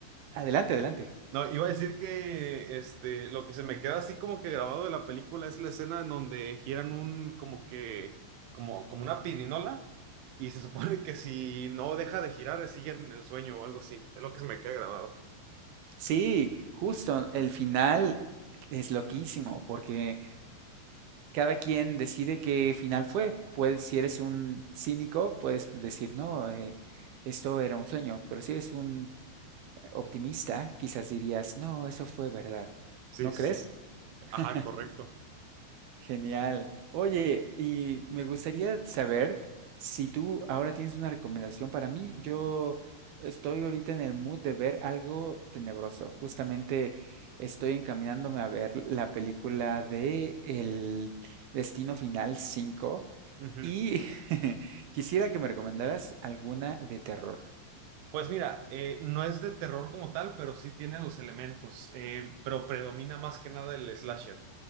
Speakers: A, on the right (about 70°); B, on the right (about 90°).
A: adelante, adelante.
B: no, iba a decir que este, lo que se me queda así como que grabado de la película es la escena en donde giran un, como que, como, como una pirinola y se supone que si no deja de girar, siguen en el sueño o algo así. Es lo que se me queda grabado.
A: Sí, justo, el final es loquísimo porque cada quien decide qué final fue. Puedes, si eres un cínico, puedes decir, no, eh, esto era un sueño, pero si eres un optimista, quizás dirías, no, eso fue verdad.
B: Sí,
A: ¿No
B: sí,
A: crees?
B: sí.
A: <laughs>
B: Ajá, correcto.
A: Genial. Oye, y me gustaría saber si tú ahora tienes una recomendación para mí. Yo estoy ahorita en el mood de ver algo tenebroso. Justamente estoy encaminándome a ver la película de El Destino Final 5
B: Ujú.
A: y <laughs> quisiera que me recomendaras alguna de terror.
B: Pues mira, eh, no es de terror como tal, pero sí tiene los elementos, eh, pero predomina más que nada el slasher.